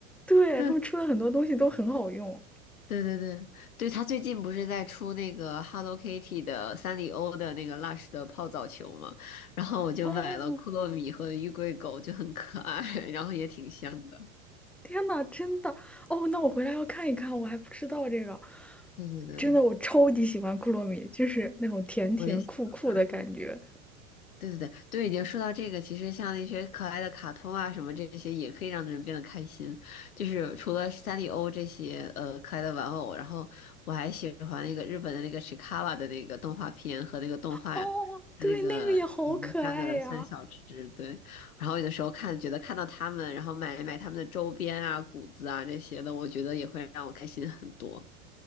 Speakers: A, in the centre; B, on the left.
A: 对他们出的很多东西都很好用。
B: 对。对对对，对，他最近不是在出那个 Hello Kitty 的三丽鸥的那个 Lush 的泡澡球嘛，然后我就买了库洛米和玉桂狗，
A: 哦，
B: 就很可爱，<laughs> 然后也挺香的。
A: 天呐，真的哦，那我回来要看一看，我还不知道这个，
B: 对对对，
A: 真的我超级喜欢库洛米，就是那种甜甜酷酷的感觉。
B: 我也喜欢。对对对对，经说到这个，其实像那些可爱的卡通啊什么这些，也可以让人变得开心。就是除了三丽鸥这些呃可爱的玩偶，然后我还喜欢那个日本的那个 Chikawa 的那个动画片和那个动画
A: 哦，
B: 那个嗯那三个三小只对。
A: 对，那个也好可爱呀。
B: 然后有的时候看觉得看到他们，然后买买他们的周边啊、谷子啊这些的，我觉得也会让我开心很多。